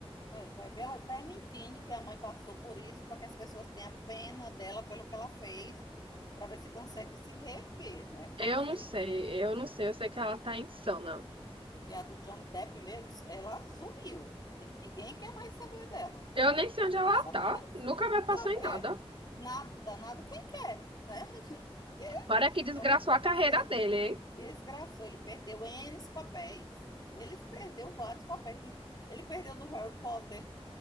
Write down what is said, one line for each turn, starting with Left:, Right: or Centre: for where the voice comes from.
Left: É, vai ver, ela está mentindo que a mãe passou por isso, para que as pessoas tenham pena dela pelo que ela fez, para ver se consegue se reerguer, né?
Right: Eu
Left: Pode ser
Right: não sei,
Left: isso.
Right: eu não sei, eu sei que ela tá insana.
Left: Porque a do Johnny Depp mesmo, ela sumiu. Ninguém quer mais saber dela.
Right: Eu nem sei onde
Left: Desapareceu.
Right: ela tá. Nunca me
Left: Da-
Right: passou em
Left: É,
Right: nada.
Left: nada, nada. Quem quer, né? <laughs> Porque
Right: Para que desgraçou
Left: é uma coisa
Right: a carreira
Left: assim.
Right: dele, hein?
Left: Desgraçou, ele perdeu N papéis. Ele perdeu vários papéis. Do- Ele perdeu do Harry Potter,